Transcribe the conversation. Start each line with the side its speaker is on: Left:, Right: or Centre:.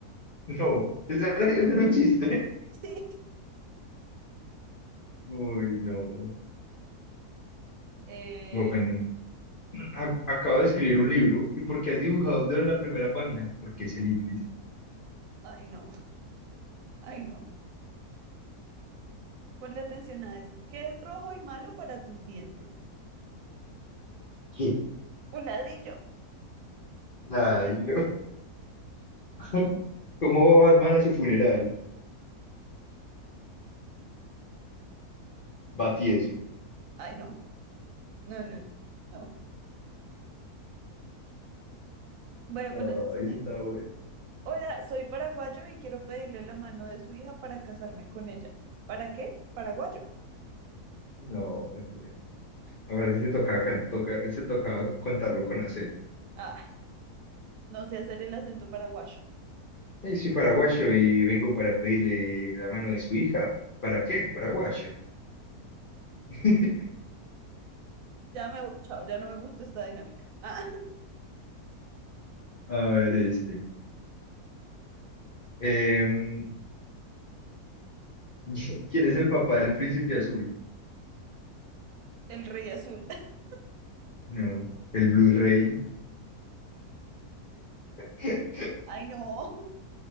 Left: No, eso era, ese era un chiste.
Right: Sí.
Left: <laughs> Uy, no.
Right: Eh,
Left: Bueno, a- acabo de escribir un libro. ¿Y por qué has dibujado un dedo en la primera página? Porque es el índice.
Right: ay, no, ay, no. Ponle atención a esto. ¿Qué es rojo y malo para tus dientes?
Left: ¿Qué?
Right: Un ladrillo.
Left: Ay, no. <laughs> ¿Cómo va Batman a su funeral? Batieso.
Right: Ay, no, no, no, no. no. Bueno,
Left: Ay,
Right: ponle atención.
Left: ese estaba bueno.
Right: Hola, soy paraguayo y quiero pedirle la mano de su hija para casarme con ella. ¿Para qué? Paraguayo.
Left: No, sí. A ver, ese tocaba, can- toca, ese tocaba contarlo con acento.
Right: Ah, no sé hacer el acento paraguayo.
Left: Eh, soy paraguayo y vengo para pedirle la mano de su hija. ¿Para qué? Paraguayo. <laughs>
Right: Ya me voy, chao, ya no me gusta esta dinámica. Ah, <laughs>
Left: A ver, este. Em, <laughs> ¿quién es el papá del príncipe azul?
Right: el rey azul. <laughs>
Left: No, el Blu-ray. <laughs>
Right: Ay, no.